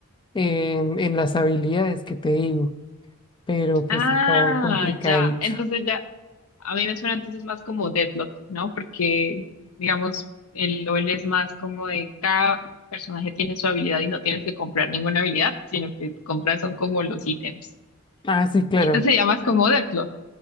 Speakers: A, on the left; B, on the left.
A: en, en las habilidades que te digo, pero pues
B: Ah,
A: está complicadito.
B: ya. Entonces ya. A mí me suena entonces más como Deadlock, ¿no? Porque, digamos, el LOL es más como de cada personaje tiene su habilidad y no tienes que comprar ninguna habilidad, sino que compras son como los ítems.
A: Ah, sí, claro.
B: Y entonces se más como Deadlock.